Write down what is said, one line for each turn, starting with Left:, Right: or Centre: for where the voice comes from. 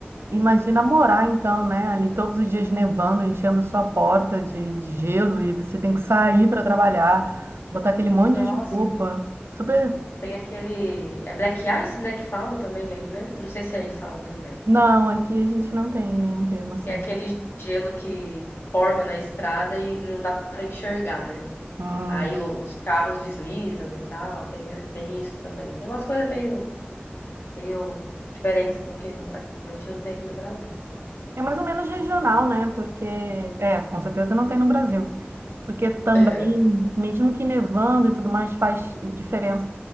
Right: Imagina morar então, né? Ali todos os dias nevando, enchendo sua porta de gelo e você tem que sair para trabalhar, botar aquele monte
Left: Nossa.
Right: de roupa. Super.
Left: Tem aquele. É Black Ice, né? Que falam também aí, né? Eu não sei se aí fala também.
Right: Não, aqui a gente não tem nenhum termo assim.
Left: Que é aquele gelo que forma na estrada e não dá pra enxergar, né?
Right: Hum,
Left: Aí o- os carros deslizam e tal. Tem, tem isso também. Tem umas coisas meio, meio diferentes do que no- a gente não tem aqui no Brasil.
Right: É mais ou menos regional, né? Porque, é, com certeza não tem no Brasil. Porque também,
Left: <laughs>
Right: mesmo que nevando e tudo mais, faz diferença